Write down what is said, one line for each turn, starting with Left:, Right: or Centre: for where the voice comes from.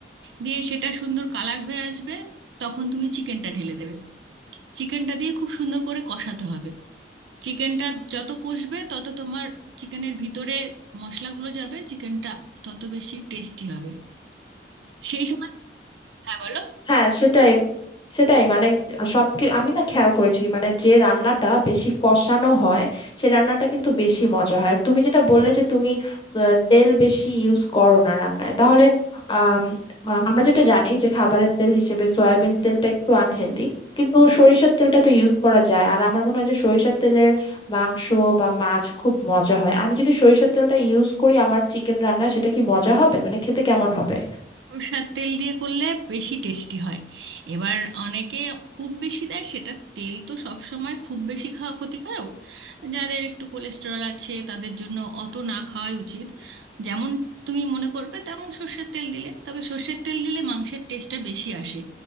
Right: দিয়ে সেটা সুন্দর কালার হয়ে আসবে তখন তুমি চিকেনটা ঢেলে দেবে চিকেনটা দিয়ে খুব সুন্দর করে কষাতে হবে চিকেনটা যত কষবে তত তোমার চিকেনের ভিতরে মশলাগুলো যাবে চিকেনটা তত বেশি টেস্টি হবে সেই সময় হ্যাঁ বলো
Left: হ্যাঁ সেটাই সেটাই মানে সব কি- আমি না খেয়াল করেছি মানে যে রান্নাটা বেশি কষানো হয় সে রান্নাটা কিন্তু বেশি মজা হয় আর তুমি যেটা বললে যে তুমি আহ, তেল বেশি ইউজ করো না রান্নায় তাহলে আম, আহ, আমরা যেটা জানি যে খাবারের তেল হিসেবে সয়াবিন তেলটা একটু আনহেলদি কিন্তু সরিষার তেলটা তো ইউজ করা যায় আর আমার মনে হয় যে সরিষার তেলের মাংস বা মাছ খুব মজা হয় আমি যদি সরিষার তেলটা ইউজ করি আমার চিকেন রান্নায় সেটা কি মজা হবে মানে খেতে কেমন হবে
Right: সরষের তেল দিয়ে করলে বেশি টেস্টি হয় এবার অনেকে খুব বেশি দেয় সেটা তেল তো সব সময় খুব বেশি খাওয়া ক্ষতিকারক যাদের একটু কোলেস্টেরল আছে তাদের জন্য অত না খাওয়াই উচিত যেমন তুমি মনে করবে তেমন সর্ষের তেল দিলে তবে সর্ষের তেল দিলে মাংসের টেস্টটা বেশি আসে